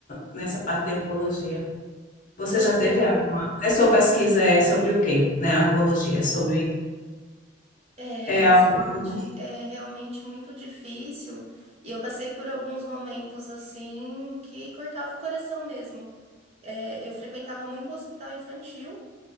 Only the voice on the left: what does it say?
nessa parte de oncologia. Você
já teve
alguma? A sua pesquisa é sobre o quê, né? A oncologia, é sobre
é alguma...